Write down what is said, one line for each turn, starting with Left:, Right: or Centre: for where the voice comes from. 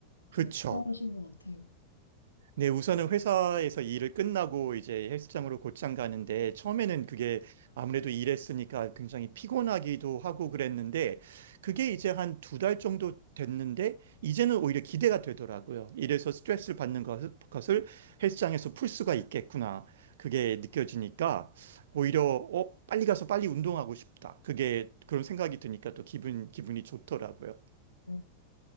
Right: 그쵸.
Left: 그러니까 대단하신 것 같아요.
Right: 네, 우선은 회사에서 일을 끝나고 이제 헬스장으로 곧장 가는데 처음에는 그게 아무래도 일했으니까 굉장히 피곤하기도 하고 그랬는데 그게 이제 한 두 달 정도 됐는데 이제는 오히려 기대가 되더라고요. 이래서 스트레스를 받는 것- 것을 헬스장에서 풀 수가 있겠구나. 그게 느껴지니까 오히려 어, 빨리 가서 빨리 운동하고 싶다. 그게 그런 생각이 드니까 또 기분, 기분이 좋더라고요.
Left: 어,